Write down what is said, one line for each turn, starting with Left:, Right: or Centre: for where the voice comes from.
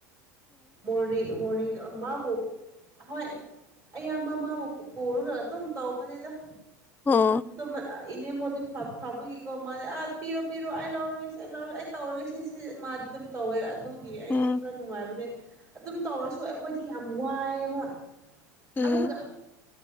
Right: ꯃꯣꯔꯅꯤꯡ ꯃꯣꯔꯅꯤꯡꯗ ꯃꯥꯕꯨ ꯍꯣꯏ ꯑꯌꯥꯝꯕ ꯃꯥꯕꯨ ꯄꯨꯔꯒ ꯑꯗꯨꯝ ꯇꯧꯕꯅꯦꯗ
Left: ꯑꯣ
Right: ꯑꯗꯨꯃ ꯏꯅꯦꯝꯕꯕꯨꯗꯤ ꯐꯕꯒꯤꯀꯣ ꯃꯥꯗꯤ ꯑꯥ ꯄꯤꯔꯣ ꯄꯤꯔꯣ ꯑꯩ ꯂꯧꯔꯒꯦ ꯁꯤ ꯑꯩ ꯂꯧꯔꯒꯦ ꯑꯩ ꯇꯧꯔꯒꯦ ꯁꯤ ꯁꯤ ꯃꯥꯗꯤ ꯑꯗꯨꯝ ꯇꯧꯋꯦ ꯑꯗꯨꯒꯤ ꯑꯩ
Left: ꯎꯝ
Right: ꯈꯔ ꯅꯨꯡꯉꯥꯏꯕꯅꯦ ꯑꯗꯨꯝ ꯇꯧꯔꯁꯨ ꯑꯩ ꯑꯩꯈꯣꯏꯗꯤ ꯌꯥꯝ ꯋꯥꯏꯑꯦꯕ
Left: ꯎꯝ
Right: ꯑꯃꯨꯛ